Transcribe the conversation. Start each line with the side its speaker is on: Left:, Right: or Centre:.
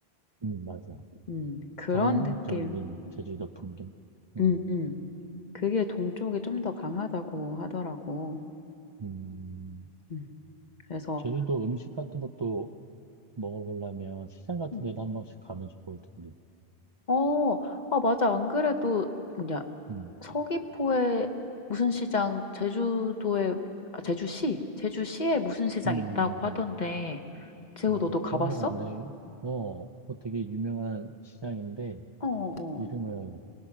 Right: 음, 맞아.
Left: 음, 그런
Right: 전형적인
Left: 느낌.
Right: 제주도 풍경. 음,
Left: 음, 음. 그게 동쪽이 좀 더 강하다고 하더라고.
Right: 음,
Left: 음. 그래서
Right: 제주도 음식 같은 것도 먹어보려면 시장 같은
Left: 음.
Right: 데도 한 번씩 가면 좋을 텐데.
Left: 어, 아 맞아. 안 그래도 뭐냐
Right: 음,
Left: 서귀포에 무슨 시장, 제주도에 아, 제주시, 제주시에 무슨 시장
Right: 음, 음,
Left: 있다고 하던데.
Right: 음.
Left: 재호
Right: 아, 나도
Left: 너도 가봤어?
Right: 까먹었네. 어, 뭐 되게 유명한 시장인데,
Left: 어, 어.
Right: 이름을